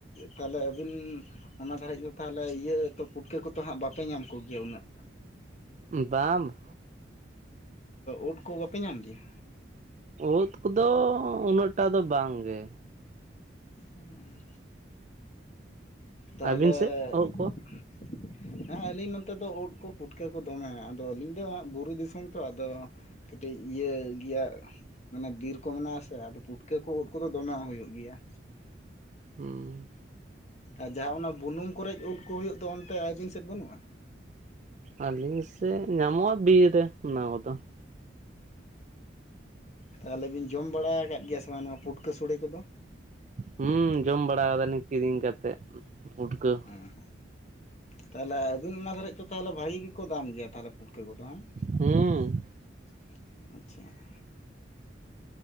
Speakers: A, on the left; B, on the right.
A: ᱛᱟᱦᱚᱞᱮ ᱟᱵᱤᱱ ᱚᱱᱟ ᱫᱷᱟᱹᱨᱮᱡ ᱫᱚ ᱛᱟᱦᱚᱞᱮ ᱤᱭᱟᱹ ᱛᱚ, ᱯᱩᱴᱠᱟᱹ ᱠᱚᱫᱚ ᱦᱟᱸᱜ ᱵᱟᱯᱮ ᱧᱟᱢ ᱠᱚᱜᱮᱭᱟ ᱩᱱᱟᱹᱜ?
B: ᱵᱟᱝ
A: ᱩᱫᱽ ᱠᱚ ᱵᱟᱯᱮ ᱧᱟᱢ ᱜᱮᱭᱟ?
B: ᱩᱫᱽ ᱠᱚᱫᱚ ᱩᱱᱟᱹᱜᱴᱟ ᱫᱚ ᱵᱟᱝ ᱜᱮ ᱾
A: ᱦᱩᱸ ᱛᱟᱦᱚᱞᱮ
B: ᱟᱹᱵᱤᱱ ᱥᱮᱫ ᱩᱫ ᱠᱚ?
A: <inaudible> ᱦᱮᱸ ᱟᱹᱞᱤᱧ ᱱᱚᱛᱮ ᱫᱚ ᱩᱫᱽ ᱠᱚ ᱯᱩᱴᱠᱟᱹ ᱠᱚ ᱫᱚᱢᱮ, ᱟᱫᱚ ᱟᱹᱞᱤᱧ ᱫᱚ ᱦᱟᱸᱜ ᱵᱩᱨᱩ ᱫᱤᱥᱚᱢ ᱛᱚ ᱟᱫᱚ ᱠᱟᱹᱴᱤᱡ ᱤᱭᱟᱹ ᱜᱮᱭᱟ ᱢᱟᱱᱮ ᱵᱤᱨ ᱠᱚ ᱢᱮᱱᱟᱜᱼᱟ ᱥᱮ, ᱟᱫᱚ ᱯᱩᱴᱠᱟᱹ ᱠᱚ ᱩᱫ ᱠᱚᱫᱚ ᱫᱚᱢᱮ ᱦᱩᱭᱩᱜᱼᱟ᱾ ᱜᱮᱭᱟ ᱾
B: ᱦᱩᱸ ᱾
A: ᱟᱨ ᱡᱟᱦᱟᱸ ᱚᱱᱟ ᱵᱩᱱᱩᱢ ᱠᱚᱨᱮ ᱩᱫᱽ ᱠᱚ ᱦᱩᱭᱩᱜ ᱫᱚ, ᱚᱱᱛᱮ ᱟᱹᱵᱤᱱ ᱥᱮᱫ ᱵᱟᱹᱱᱩᱜᱼᱟ?
B: ᱟᱹᱞᱤᱧ ᱥᱮ ᱧᱟᱢᱚᱜᱼᱟ, ᱵᱤᱨ ᱨᱮ ᱚᱱᱟ ᱠᱚᱫᱚ ᱾
A: ᱛᱟᱦᱚᱞᱮ ᱵᱤᱱ ᱡᱚᱢ ᱵᱟᱲᱟ ᱟᱠᱟᱫ ᱜᱮᱭᱟ ᱥᱮ ᱵᱟᱝ ᱱᱚᱣᱟ ᱯᱩᱴᱠᱟᱹ ᱥᱚᱲᱮ ᱠᱚᱫᱚ?
B: ᱦᱩᱸ ᱡᱚᱢ ᱵᱟᱲᱟ ᱫᱟᱞᱤᱧ ᱠᱤᱨᱤᱧ ᱠᱟᱛᱮᱫ ᱯᱩᱴᱠᱟᱹ ᱾
A: ᱦᱮᱸ ᱛᱟᱦᱚᱞᱮ ᱟᱹᱵᱤᱱ ᱢᱟ <inaudible> ᱛᱟᱦᱚᱞᱮ ᱵᱷᱟᱹᱜᱤ ᱜᱮᱠᱚ ᱫᱟᱢ ᱜᱮᱭᱟ ᱛᱟᱦᱚᱞᱮ ᱯᱩᱴᱠᱟᱹ ᱠᱚᱫᱚ ᱦᱮᱸ
B: ᱦᱩᱸ᱾
A: ᱾ ᱟᱪᱪᱷᱟ ᱾